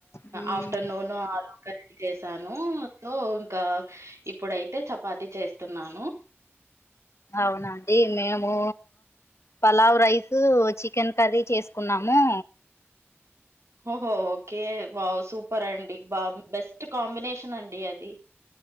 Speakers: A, on the left; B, on the right.
A: మ్మ్
B: ఆఫ్టర్నూన్ ఆలు కర్రీ చేశాను. ను సో ఇంకా ఇప్పుడైతే, చపాతి చేస్తున్నాను.
A: అవునండి మేము, పలావ్ రైస్, చికెన్ కర్రీ చేసుకున్నాము.
B: ఓహో ఓకే వావ్ సూపర్ అండి. వావ్ బెస్ట్ కాంబినేషన్ అండి అది.